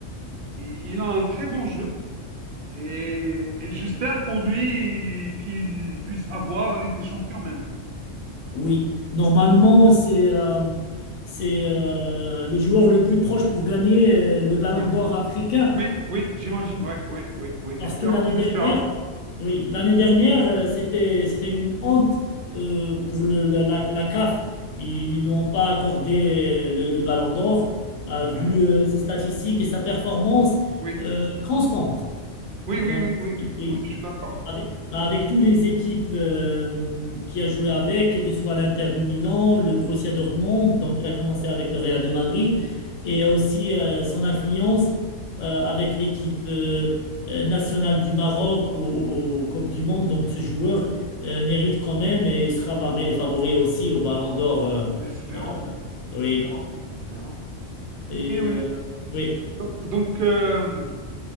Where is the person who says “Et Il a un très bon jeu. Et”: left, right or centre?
Right